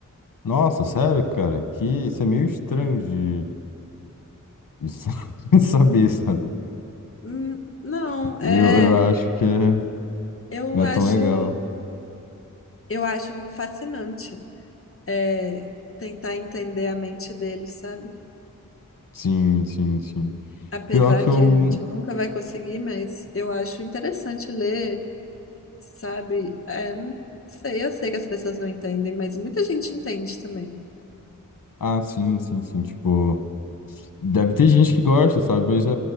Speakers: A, on the left (about 85°); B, on the left (about 40°).
A: Nossa, sério, cara? Que isso é meio estranho de, de sa- <laughs> de saber, sabe?
B: Hum, Não,
A: Eu,
B: é,
A: eu acho que é...
B: eu
A: não é
B: acho,
A: tão legal.
B: eu acho fascinante, é, tentar entender a mente dele, sabe?
A: Sim, sim, sim.
B: Apesar
A: Pior que eu...
B: que a gente nunca vai conseguir, mas eu acho interessante ler, sabe? É, não sei, eu sei que as pessoas não entendem, mas muita gente entende também.
A: Ah, sim, sim, sim. Tipo, deve ter gente que gosta, sabe? Mas é...